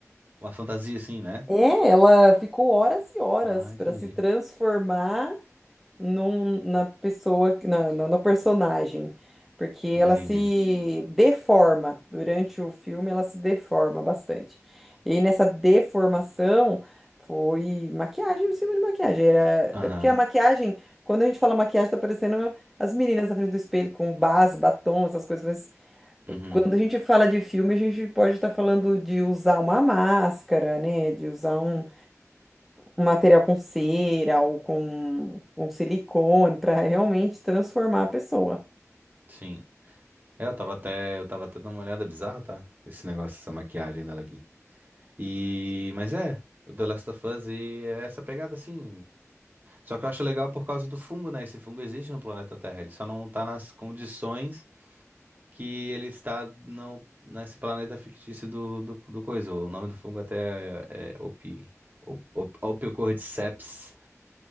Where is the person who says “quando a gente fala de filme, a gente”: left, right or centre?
Centre